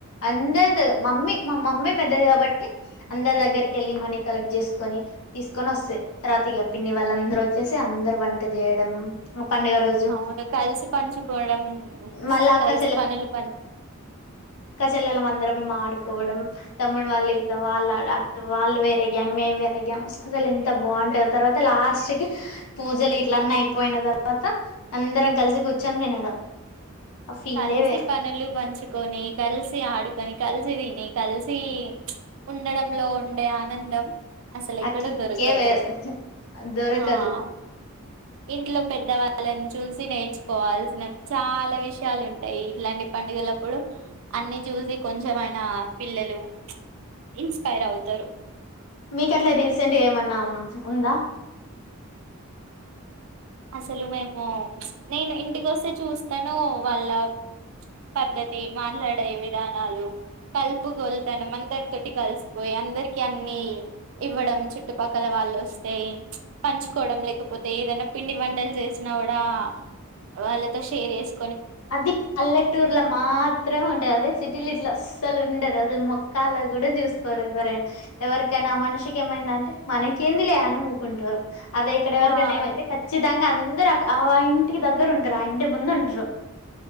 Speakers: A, on the left; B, on the right.
A: అందరి మమ్మీ మా మమ్మీ పెద్దది కాబట్టి అందరి దగ్గరకి వెళ్ళి మనీ కలెక్ట్ చేసుకొని తీసుకొని వస్తాయి తర్వాత ఇక పిన్ని వాళ్ళ అందరు వచ్చేసి అందరు వంట చేయడం పండుగ రోజు
B: అవును కలిసి పంచుకోవడం
A: మళ్ళా అక్క
B: కలిసి పనులు పం
A: చెల్లల అందరం మేము ఆడుకోవడం తమ్ముడు వాళ్ళు ఇలా ఇట్లా వాళ్ళు వేరే గ్యాంగ్ మేం వేరే గ్యాంగ్ అసలు ఇంత బాగుంటంది తర్వాత లాస్ట్ కి పూజలు ఇట్ల అన్న అయిపోయిన తర్వాత అందరం కలిసి పోవడం తమ్ముడు కలిసి కూర్చొని తినడం ఫీలే
B: కలిసి
A: వేరు
B: పనులు పంచుకొని కలిసి ఆడుకొని కలిసి మంచిది మేం కలిసి ఉండడంలో ఉండే ఆనందం అసలు ఎక్కడ
A: ఆ కిక్కే
B: దొరకదు
A: వేరు ఉహూ దొరకదు
B: ఆ ఇంట్లో పెద్దవాళ్ళని చూసి నేర్చుకోవాల్సినవి చాలా విషయ చాల ఉంటాయి ఇట్లాంటి పండుగలప్పుడు అన్ని చూసి కొంచెంమయినా పిల్లలు ఇన్స్పైర్ అవుతారు
A: మీకీ అట్లా రీసెంట్ ఏమన్నా ఉందా
B: అసలు మేము నేను ఇంటికొస్తే చూస్తాను వాళ్ళ పద్ధతి మాట్లాడే విధానాలు కల్పు గొల్తనం అందరూ అంటే కలిసిపోయి అందరికి అన్ని ఇవ్వడం చుట్టుపక్కల వాళ్ళు వస్తే పంచుకోవడం లేకపోతే ఐఏదైనా పిండి వంటలు చేసినా కూడా వాళ్ళతో షేర్ చేసి
A: అది పల్లెటూర్లో మాత్రం ఉంటది అదే సిటీలో ఇట్లా అస్స అసలు ఉండదు అసలు మొక్కలా కూడా చూసుకోరు ఎవరైనా ఎవరికైనా ఆ మనిషికి ఏమైంద అంటే మనకేంది లే అని ఊకుంటారు అదే ఇక్కడ ఎవరికన్నా
B: ఆ
A: ఏమన్నా అయితే ఖచ్చితంగా అందరూ దగ్గర ఆ ఇంటి దగ్గర ఉంటారు ఆ ఇంటి ముందు ఉంటారు అ